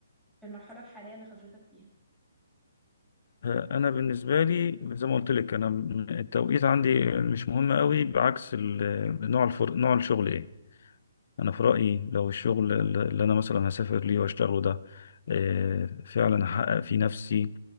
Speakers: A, in the centre; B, on the left.
A: في المرحله الحاليه اللي حضرتك فيها
B: آه، أنا بالنسبة لي زي ما قلت لك أنا م- التوقيت عندي مش مهم قوي بعكس ال- نوع الفر... نوع الشغل إيه انا في رايي لو الشغل اللي انا مثلا هسافر ليه واشتغله ده آه، فعلا هحقق فيه نفسي